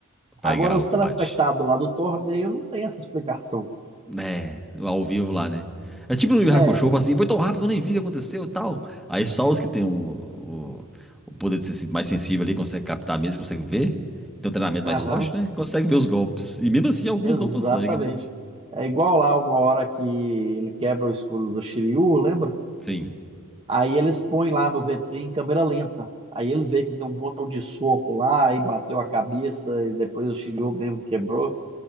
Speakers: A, in the centre; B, on the right.
A: Pegar
B: Agora, os
A: o combate.
B: telespectadores lá do torneio não tem essa explicação.
A: É, ao vivo lá, né? É tipo no Yu Yu
B: É,
A: Hakusho, fala assim, foi tão rápido que eu nem vi o que aconteceu e tal. Aí só os que têm o, o- o poder de sensi- mais sensível ali conseguem captar mesmo, conseguem ver. Então, treinamento
B: aham,
A: mais forte, né? Consegue ver os golpes. E mesmo assim, alguns
B: exatamente.
A: não conseguem, né?
B: É igual lá uma hora que ele quebra o escudo do Shiryu, lembra?
A: Sim.
B: Aí eles põem lá no V T em câmera lenta. Aí ele vê que deu um montão de soco lá, aí bateu a cabeça, e depois o chilhou mesmo quebrou.